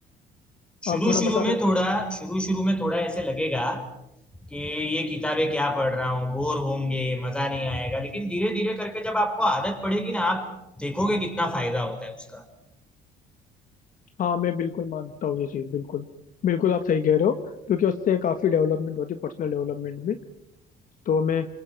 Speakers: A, in the centre; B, on the left.
A: शुरू
B: आप थोड़ा
A: शुरू
B: बता
A: में
B: सकते
A: थोड़ा
B: हो
A: शुरू शुरू में थोड़ा ऐसे लगेगा कि ये किताबें क्या पढ़ रहा हूँ बोर होंगे मजा नहीं आएगा लेकिन धीरे धीरे करके जब आपको आदत पड़ेगी ना आप देखोगे कितना फायदा होता है उसका
B: हाँ मैं बिल्कुल मानता हूँ ये चीज़ बिल्कुल बिल्कुल आप सही कह रहे हो क्योंकि उससे काफी डेवलपमेंट होती है पर्सनल डेवलपमेंट में। तो मैं